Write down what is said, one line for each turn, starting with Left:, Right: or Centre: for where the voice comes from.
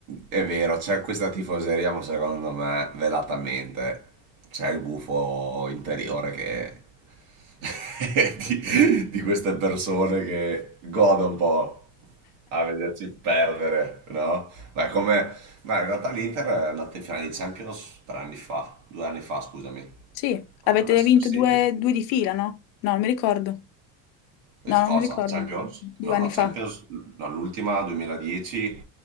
Right: è vero, c'è questa tifoseria, ma secondo me, velatamente, c'è il gufo interiore che... <laughs> di, di queste persone che godono un po' a vederci perdere, no? Ma è come... Ma in realtà l'Inter è andata in finale di Champions tre anni fa, due anni fa, scusami.
Left: Sì,
Right: Contro
Left: avete
Right: Manchester
Left: vinto
Right: City.
Left: due, due di fila, no? No, non mi ricordo.
Right: Eh,
Left: No, non
Right: Cosa?
Left: mi ricordo.
Right: Champions?
Left: Due
Right: No,
Left: anni
Right: no,
Left: fa.
Right: Champions, no, l'ultima 2010,